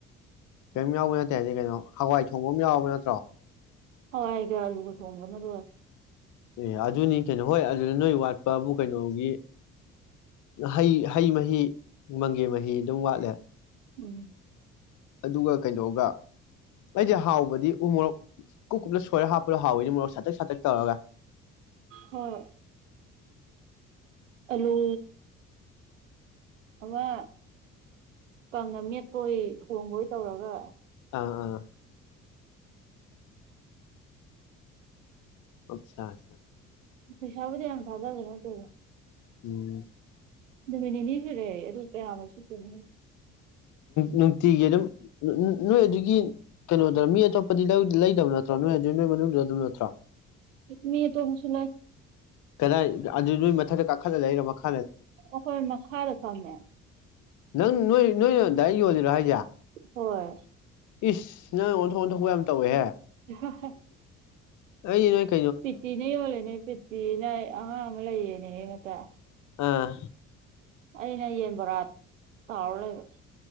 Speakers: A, on the left (about 50°); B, on the right (about 80°).
A: ꯀꯩꯝ ꯌꯥꯎꯕ ꯅꯠꯇꯦ ꯍꯥꯏꯗꯤ ꯀꯩꯅꯣ ꯍꯋꯥꯏ ꯊꯣꯡꯕ ꯑꯃ ꯌꯥꯎꯕ ꯅꯠꯇ꯭ꯔꯣ
B: ꯍꯋꯥꯏꯒ ꯑꯂꯨꯒ ꯊꯣꯡꯕꯅ ꯂꯣꯏꯔꯦ
A: ꯑꯦ ꯑꯗꯨꯅꯤ ꯀꯩꯅꯣ ꯍꯣꯏ ꯑꯗꯨꯗ ꯅꯣꯏ ꯋꯥꯠꯄꯕꯨ ꯀꯩꯅꯣꯒꯤ ꯍꯩ ꯍꯩ ꯃꯍꯤ ꯃꯪꯒꯦ ꯃꯍꯤ ꯑꯗꯨꯝ ꯋꯥꯠꯂꯦ
B: ꯎꯝ
A: ꯑꯗꯨꯒ ꯀꯩꯅꯣꯒ ꯑꯩꯗꯤ ꯍꯥꯎꯕꯗꯤ ꯎ ꯃꯣꯔꯣꯛ ꯀꯨꯞ ꯀꯨꯞꯅ ꯁꯣꯏꯔ ꯍꯥꯞꯄꯗ ꯍꯥꯎꯋꯤꯅꯦ ꯃꯣꯔꯣꯛ ꯁꯥꯇꯛ ꯁꯥꯇꯛ ꯇꯧꯔꯒ
B: ꯍꯣꯏ ꯑꯂꯨ ꯑꯃ ꯀꯪꯅ ꯃꯦꯠꯄꯣꯏ ꯊꯣꯡꯕꯣꯏ ꯇꯧꯔꯒ
A: ꯑꯥ ꯑꯥ ꯑꯆꯥ <unintelligible>
B: ꯄꯩꯁꯥꯥꯕꯨꯗꯤ ꯌꯥꯝꯅ ꯊꯥꯗꯕ ꯅꯠꯇꯦꯗ
A: ꯎꯝ
B: ꯅꯨꯃꯤꯠꯅꯤꯅꯤ ꯁꯨꯔꯦ ꯑꯗꯣ ꯀꯥꯌꯥꯃꯨꯛ ꯁꯤꯠꯇꯣꯏꯅꯣ ꯈꯪ
A: ꯅꯨꯡꯇꯤꯒꯤ ꯑꯗꯨꯝ ꯅꯣꯏ ꯑꯗꯨꯒꯤ ꯀꯩꯅꯣꯗ ꯃꯤ ꯑꯇꯣꯞꯄꯗꯤ ꯂꯧ ꯂꯩꯇꯕ ꯅꯠꯇ꯭ꯔꯣ ꯅꯣꯏ ꯑꯗꯨꯒꯤ ꯅꯣꯏ ꯃꯅꯨꯡꯗ ꯑꯗꯨꯝ ꯅꯠꯇ꯭ꯔꯣ
B: ꯃꯤ ꯑꯇꯣꯞꯄꯁꯨ ꯂꯩ
A: ꯀꯗꯥꯏ ꯑꯗꯨ ꯅꯣꯏ ꯃꯊꯛꯇ ꯀꯥꯈꯠꯂ ꯂꯩꯔ ꯃꯈꯥ
B: ꯑꯣꯈꯣꯏ ꯃꯈꯥꯗ ꯐꯝꯃꯦ
A: ꯅꯪ ꯅꯣꯏ ꯅꯣꯏ ꯗꯥꯏꯔꯦꯛ ꯌꯣꯜꯂꯤꯔꯣ ꯍꯥꯏꯖꯦ
B: ꯍꯣꯏ
A: ꯏꯁ ꯅꯪ ꯑꯣꯟꯊꯣꯛ ꯑꯣꯟꯊꯣꯛꯄ ꯌꯥꯝ ꯇꯧꯋꯦꯍꯦ
B: ꯍ ꯍ
A: ꯑꯩ ꯅꯡ <unintelligible>
B: ꯄꯤꯇꯤ ꯅ ꯌꯣꯜꯂꯤꯅꯦ ꯄꯤ ꯄꯤꯅ ꯑꯉꯥꯡ ꯑꯃ ꯂꯩꯌꯦꯅꯦ ꯃꯆꯥ
A: ꯑꯥ
B: ꯑꯩꯅ ꯌꯦꯟꯕꯣꯔꯥ ꯇꯥꯎꯔ ꯂꯩꯕ